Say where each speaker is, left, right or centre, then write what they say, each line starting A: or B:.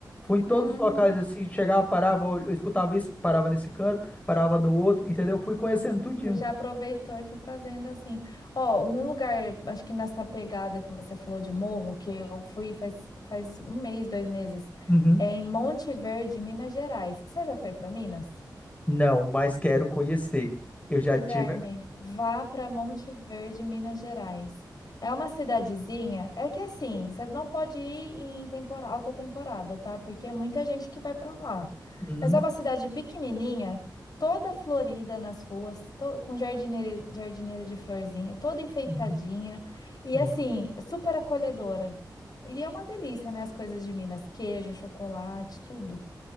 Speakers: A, on the left; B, on the left.
A: Fui em todos
B: Hum.
A: os locais assim, chegava, parava, eu escutava isso, parava nesse canto, parava no outro, entendeu? Fui conhecendo tudinho.
B: Ele Já aproveitou e foi fazendo assim. Ó, um lugar, acho que nessa pegada que você falou de morro, que eu fui faz, faz um mês, dois meses,
A: Uhum.
B: é em Monte Verde, Minas Gerais. Você já foi para Minas?
A: Não, mas quero conhecer. Eu já
B: Guilherme,
A: tive.
B: vá para Monte Verde, Minas Gerais. É uma cidadezinha, é que assim, você não pode ir em tempora- alta temporada, tá? Porque é muita gente que vai para lá.
A: Uhum,
B: Mas é uma cidade pequenininha, toda florida nas ruas, to- com jardineira, jardineira de florzinha, toda enfeitadinha
A: uhum,
B: e
A: uhum.
B: assim, super acolhedora. E é uma delícia, né? As coisas de Minas, queijo, chocolate, tudo.